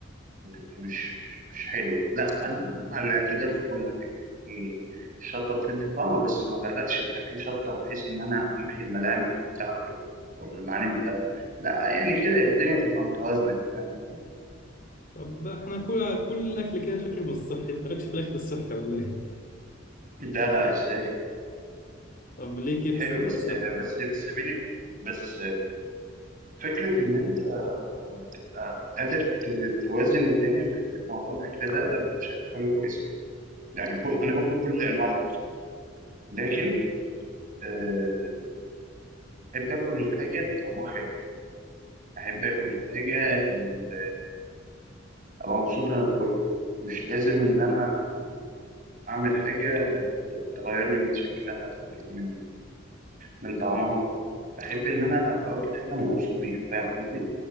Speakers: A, on the right; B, on the left.
A: وتبقى مش مش مش حلوة لا أنا أنا مع الاعتدال في كل حاجة يعني الشطة بتدي طعم بس ما غرقش الأكل شطة بحيث إن أنا أمحي الملامح بتاعته يعني ولا المعالم بتاعته لا يعني كده الدنيا تبقى متوازنة يعني فاهم قصدي؟
B: طب احنا كل كل الاكل كده شكله مش صحي انت مالكش في الاكل الصحي ولا ايه
A: ده لا ازاي
B: طب ليه كيف
A: حلو
B: اكل
A: بس
B: صحي
A: بس بس بين بس فكرة إن أنت تبقى قادر ت- توازن الدنيا في حتة موضوع الأكل ده ده بيبقى شيء- حاجة كويسة يعني كل أنا باكل كل أنواع الأكل لكن آه، أحب آكل الحاجة اللي طعمها حلو أحب آكل الحاجة اللي أبقى مبسوط وأنا باكلها مش لازم إن أنا أعمل حاجة تغير لي من شكلها تغير لي من من طعمها أحب إن أنا أبقى واكل حاجة أنا مبسوط بيها فاهم قصدي؟